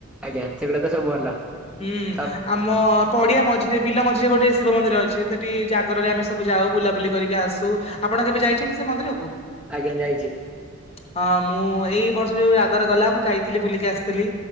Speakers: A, in the centre; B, on the left.
A: ଆଜ୍ଞା ସେଗୁଡା ତ ସବୁ ଭଲ
B: ହୁଁ
A: ତ
B: ଆମ ପଡିଆ ମଜ ଝିରେ ବିଲ ମଝିରେ ଗୋଟେ ଶିବ ମନ୍ଦିର ଅଛି। ସେଠି ଜାଗରରେ ଆମେ ସବୁ ଯାଉ। ବୁଲାବୁଲି କରିକି ଆସୁ। ଆପଣ କେବେ ଯାଇଛନ୍ତି ସେ ମନ୍ଦିରକୁ?
A: ଆଜ୍ଞା ଯାଇଛି
B: ହଁ ମୁଁ ଏଇ ବର୍ଷ ଯୋଉ ଜାଗର ଗଲା। ମୁଁ ଯାଇ ଥିଲି ବୁଲିକି ଆସିଥିଲି।